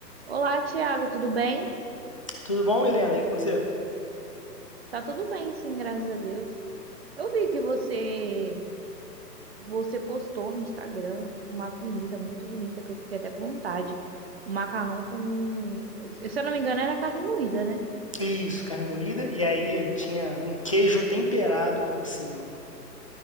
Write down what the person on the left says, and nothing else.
Tudo bom, Milena? E com você?
Isso, carne moída. E aí tinha um queijo temperado por cima.